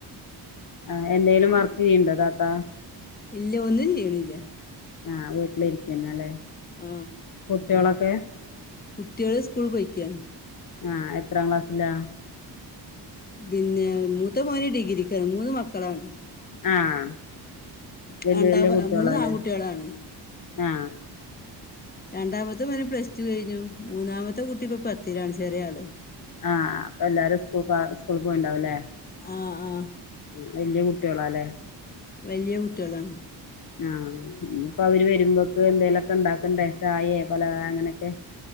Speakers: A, on the left; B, on the left.
A: ആ എന്തേലും വർക്ക് ചെയ്യ്ണ്ടോ താത്ത
B: ഇല്ല ഒന്നും ചീയ്ണില്ല
A: ആ വീട്ടിലിരിക്കന്നെല്ലേ
B: ആ
A: കുട്ട്യാളൊക്കെ
B: കുട്ട്യാള് സ്കൂള് പോയ്ക്ക്യാണ്.
A: ആ എത്രാം ക്ലാസ്സിലാ
B: പിന്നെ മൂത്ത മോന് ഡിഗ്രീക്ക് മൂന്ന് മക്കളാണ്
A: ആവല്യ
B: രണ്ടാമ
A: വല്യ കുട്ടിയോളാല്ലേ
B: മൂന്ന് ആൺകുട്ടികളാണ്
A: ആ
B: രണ്ടാമത്തെ മോൻ പ്ലസ് ടു കഴിഞ്ഞു മൂന്നാമത്തെ കുട്ടി ഇപ്പൊ പത്തിലാണ് ചെറിയ ആള്
A: ആഹ് അപ്പൊ എല്ലാരും സ്കൂൾ സ്കൂൾ പോയിണ്ടാവുല്ലേ
B: ആആ
A: വല്യ കുട്ടോളാല്ലേ
B: വല്യ കുട്ട്യോളാണ്
A: ആ ഇപ്പൊ അവര് വരുമ്പോക്ക് എന്തേ ലെക്കെ ഉണ്ടാക്കണ്ടേ ചായെ പലഹാരോ അങ്ങനെക്കെ